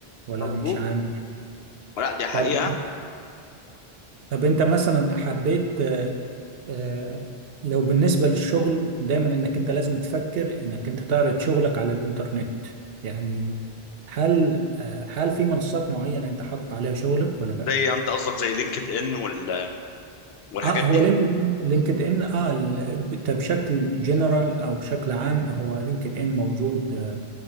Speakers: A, on the right; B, on the left.
A: ولا
B: الحظوظ
A: مش عامل
B: لا دي حقيقه
A: طب طب انت مثلا حبيت آه، آه، لو بالنسبة للشغل دايما انك انت لازم تفكر انك انت تعرض شغلك على الانترنت يعني هل آه، هل في منصات معينة انت حاطط عليها شغلك ولا لا؟
B: زي انت قصدك زي لينكد ان وال... والحاجات
A: اه
B: دي
A: هو لينكد ان لينكد ان اه ال- ب- ده بشكل جنرال او بشكل عام هو لينكد ان موجود